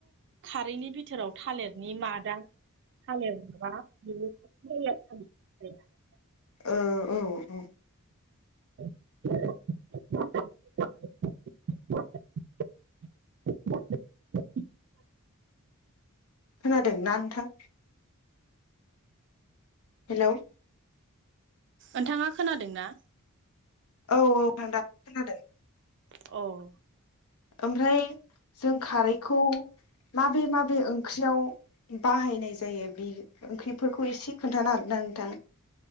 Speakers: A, on the right (about 50°); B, on the left (about 75°).
A: खारैनि बिथोराव थालिरनि मादा। हालबा <unintelligible>
B: ओ औ औ
A: <unintelligible> <inaudible>
B: खोनादों ना नोंथां? हेलौ।
A: ओनथांङा खोनादों ना?
B: औ औ आं दा खोनादों।
A: अह
B: ओमफ्राय जों खारैखौ माबे माबे ओंख्रियाव बाहायनाय जायो बे ओंख्रिफोरखौ एसे खोन्थानो हागोनना नोंथां।